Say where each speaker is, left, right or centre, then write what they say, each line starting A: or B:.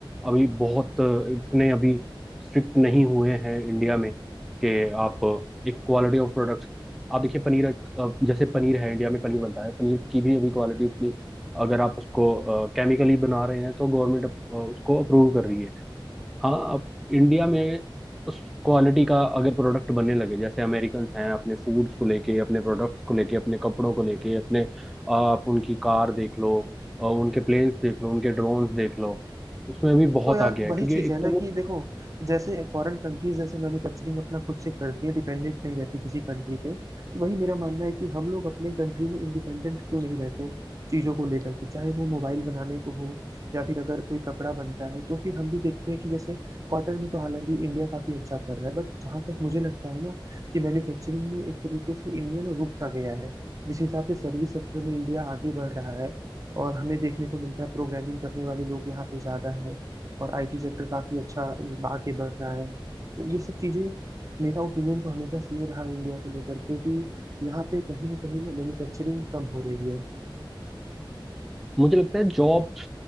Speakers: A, in the centre; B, on the right.
A: अभी बहुत इतने अभी स्ट्रिक्ट नहीं हुए हैं इंडिया में कि आप एक क्वालिटी ऑफ प्रोडक्ट्स आप देखिए पनीर एक, अ, जैसे पनीर है इंडिया में पनीर बनता है पनीर की भी अभी क्वालिटी उतनी अगर आप उसको केमिकली बना रहे हैं तो गवर्नमेंट उसको अप्रूव कर रही है हाँ अब इंडिया में उस क्वालिटी का अगर प्रोडक्ट बनने लगे जैसे अमेरिकन्स हैं अपने फूड्स को लेके अपने प्रोडक्ट्स को लेके अपने कपड़ों को लेके अपने आप उनकी कार देख लो अ, उनके प्लेन्स देख लो उनके ड्रोन्स देख लो उसमें भी बहुत
B: तो यार
A: आगे है
B: वही
A: क्योंकि
B: चीज
A: एक
B: है ना
A: तो वो
B: कि देखो जैसे फॉरेन कंट्रीज जैसे मैन्युफैक्चरिंग अपना खुद से करती है डिपेंडेंट नहीं रहती किसी कंट्री पे तो वही मेरा मानना है कि हम लोग अपने कंट्री में इंडिपेंडेंट क्यों नहीं रहते चीजों को लेकर के चाहे वो मोबाइल बनाने को हो या फिर अगर कोई कपड़ा बनता है तो फिर हम भी देखते हैं कि जैसे कॉटन में तो हालांकि इंडिया काफी अच्छा कर रहा है बट जहां तक मुझे लगता है ना कि मैन्युफैक्चरिंग में एक तरीके से इंडिया ना रुक सा गया है जिस हिसाब से सर्विस सेक्टर में इंडिया आगे बढ़ रहा है और हमें देखने को मिलता है प्रोग्रामिंग करने वाले लोग यहाँ पे ज्यादा है और आईटी सेक्टर काफी अच्छा आगे बढ़ रहा है तो ये सब चीजें मेरा ओपिनियन तो हमेशा से ये रहा इंडिया को लेकर के कि यहाँ पे कहीं ना कहीं ना मैन्युफैक्चरिंग कम हो रही है
A: मुझे लगता है जॉब्स